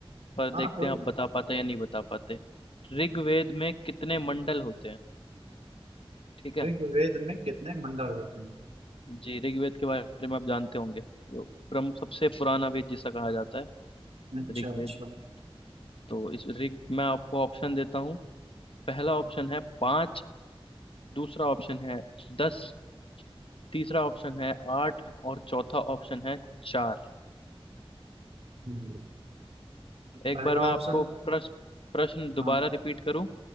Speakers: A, on the left; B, on the right.
A: पर
B: हाँ
A: देखते
B: कोई
A: हैं
B: दिक्कत
A: आप बता पाते हैं या नहीं बता पाते ऋग्वेद में कितने मंडल होते हैं ठीक है
B: नहीं ऋग्वेद में कितने मंडल होते हैं
A: जी ऋग्वेद के बारे में आप जानते होंगे जो प्रमुख सबसे पुराना वेद जिसे कहा जाता है
B: अच्छा
A: ऋग्वेद
B: अच्छा
A: तो इस ऋग मैं आपको ऑप्शन देता हूँ पहला ऑप्शन है पाँच दूसरा ऑप्शन है दस तीसरा ऑप्शन है आठ और चौथा ऑप्शन है चार
B: हम्म,
A: एक
B: पहला
A: बार मैं
B: ऑप्शन
A: आपको प्रश्न प्रश्न दोबारा
B: हाँ
A: रिपीट करूँ